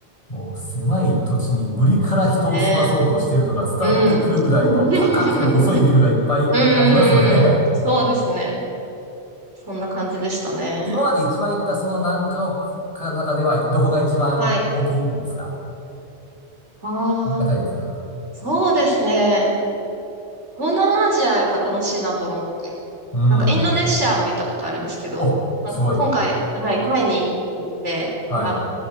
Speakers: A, on the left; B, on the right.
A: もう狭い土地に無理から人を住まそうとしているのが伝わってくるぐらいの高くて細いビルがいっぱいありますよね。
B: ですね。うん。<laughs> うん。
A: <laughs>
B: そうですね。そんな感じでしたね。
A: 今まで一番行ったその何カ国かの中ではどこが一番お気に入りですか
B: はい。ああ、
A: 高いですか
B: そうですね。東南アジアやっぱ楽しいなと思って。
A: うん。
B: なんかインドネシアも行ったことあるんですけど、
A: お、
B: あ今回、
A: すごい。
B: はい、タイに行って、
A: はい。
B: あ、